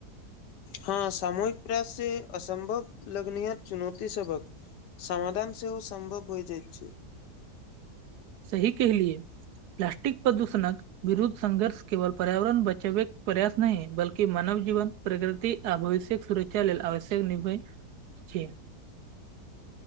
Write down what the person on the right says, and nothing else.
सही कहलियए प्लासस्टिक प्रदूषणक ' विरुद्ध संघर्ष केवल पर्यावरण बचबैक प्रयास नहि बल्कि मानव जीवन प्रकृति आ भविष्यक सुरक्षा लेल आवश्यक निर्भय छी।